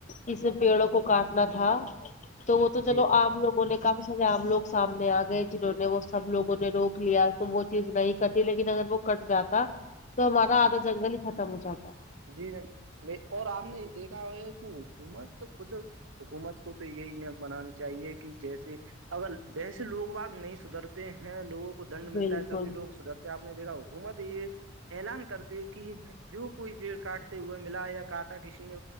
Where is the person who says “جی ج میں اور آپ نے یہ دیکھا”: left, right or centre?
Right